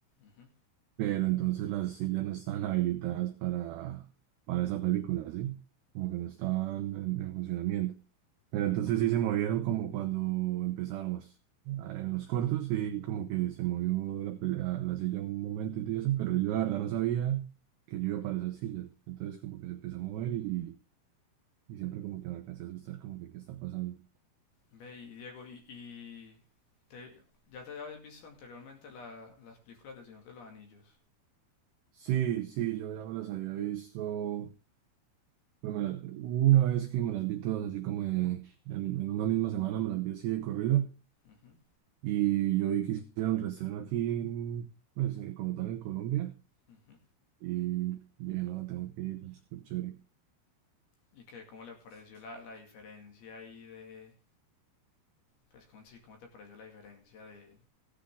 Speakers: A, on the left (about 55°); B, on the right (about 85°).
A: ujú.
B: Pero entonces las sillas no estaban habilitadas para, para esa película, ¿sí? Como que no estaban en, en funcionamiento. Pero entonces sí se movieron como cuando empezáramos ah, en los cortos y como que se movió la, pe- la, la silla un momento y todo eso, pero yo la verdad no sabía que yo iba para esas sillas. Entonces como que se empezó a mover y, y siempre como que me alcancé a asustar como que qué está pasando.
A: Ve, y Diego, y, y te- ya te habías visto anteriormente la- las películas del Señor de los Anillos.
B: Sí, sí, yo ya me las había visto Pues me la- hubo una vez que me las vi todas así como de- en, en una misma semana, me las vi así de corrido
A: Ujú,
B: y yo vi que hicieron reestreno aquí, en, pues eh, como tal en Colombia
A: ujú.
B: y dije, no, tengo que ir, súper chévere.
A: ¿Y qué, cómo le pareció la, la diferencia ahí de, pues cómo, sí, cómo te pareció la diferencia de,